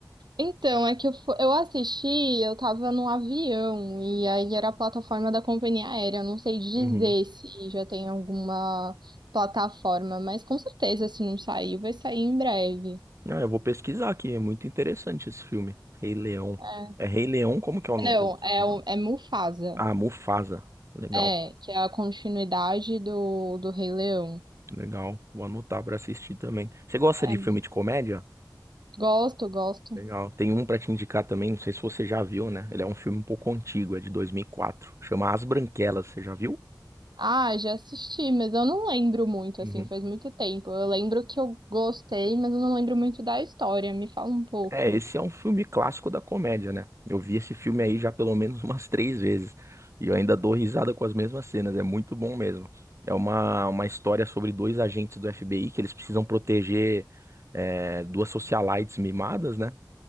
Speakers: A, on the right; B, on the right.
A: Então, é que eu, fu- eu assisti, eu tava num avião, e aí era a plataforma da companhia aérea. Eu Não sei dizer
B: Uhum.
A: se já tem alguma plataforma, mas com certeza, se não saiu, vai sair em breve.
B: Ah, eu vou pesquisar aqui, é muito interessante esse filme. Rei Leão.
A: É.
B: É Rei Leão, como que é o no-
A: Não,
B: o
A: é,
B: nome?
A: o- é Mufasa,
B: Ah, Mufasa. Legal,
A: é, que é a continuidade do, do Rei Leão.
B: legal. Vou anotar pra assistir também. Você gosta
A: É,
B: de filme de comédia?
A: gosto, gosto.
B: Legal. Tem um pra te indicar também, não sei se você já viu, né? Ele é um filme um pouco antigo, é de 2004. Chama As Branquelas, você já viu?
A: Ah, já assisti, mas eu não lembro muito, assim,
B: Uhum.
A: faz muito tempo. Eu lembro que eu gostei, mas eu não lembro muito da história. Me fala um pouco.
B: É, esse é um filme clássico da comédia, né? Eu vi esse filme aí já pelo menos <laughs> umas três vezes. E eu ainda dou risada com as mesmas cenas, é muito bom mesmo. É uma, uma história sobre dois agentes do FBI que eles precisam proteger é, duas socialites mimadas, né?